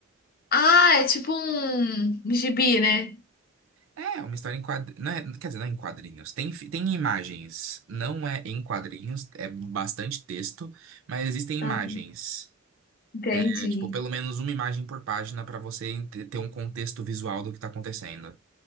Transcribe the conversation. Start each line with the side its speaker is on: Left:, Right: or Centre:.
Left: Ah, é tipo um gibi, né?
Right: É, uma história em quadrinhos. Quer dizer, não é em quadrinhos. Tem, fi- tem imagens. Não é em quadrinhos, é bastante texto, mas existem imagens.
Left: Ah, entendi.
Right: É, tipo, pelo menos uma imagem por página para você ente- ter um contexto visual do que tá acontecendo.